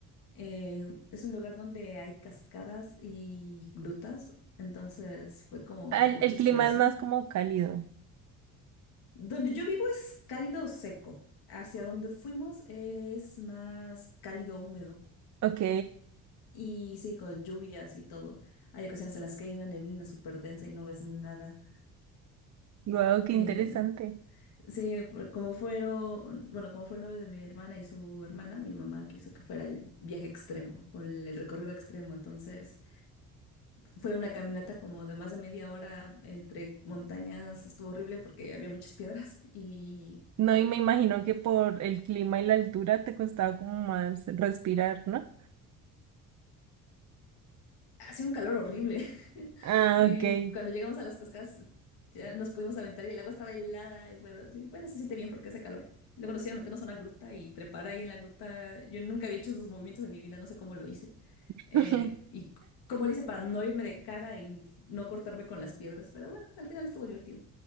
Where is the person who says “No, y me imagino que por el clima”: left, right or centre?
Right